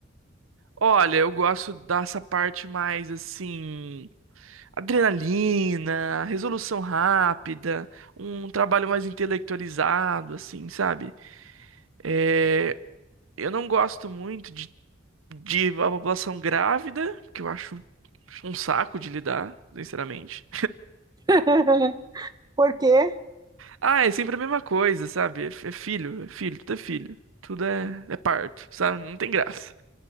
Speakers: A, on the right; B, on the right.
A: Olha, eu gosto dessa parte mais assim, adrenalina, resolução rápida, um trabalho mais intelectualizado, assim, sabe? É, eu não gosto muito de de a população grávida, que eu acho um saco de lidar, sinceramente.
B: <laughs> Por quê?
A: Ah, é sempre a mesma coisa, sabe? É é filho, é filho, tudo é filho. Tudo é, é parto, sabe? Não tem graça.